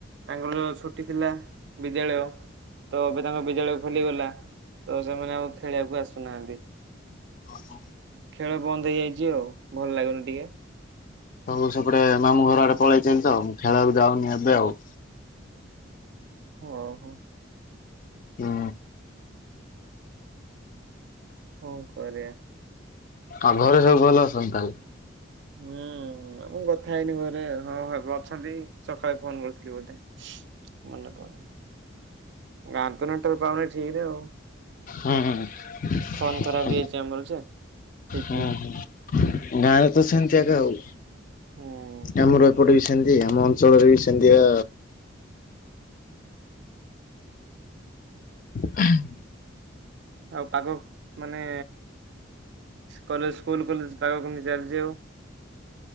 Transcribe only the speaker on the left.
ଓ ହୋ।
ସବୁ ସେପଟେ ମାମୁଁ ଘର ଆଡେ ପଳେଇଛନ୍ତି ତ ମୁଁ ଖେଳିବାକୁ ଯାଉନି ଏବେ ଆଉ।
ହୁଁ।
ଆଉ ଘରେ ସବୁ ଭଲ ଅଛନ୍ତି ତାହେଲେ।
ହୁଁ ହୁଁ
ହୁଁ ହୁଁ। ଗାଁରେ ତ ସେମିତି ଏକା ଆଉ
ଆମର ଏପଟେ ବି। ସେମତି ଆମ ଅଞ୍ଚଳରେ ବି ସେମିତିଆ। ?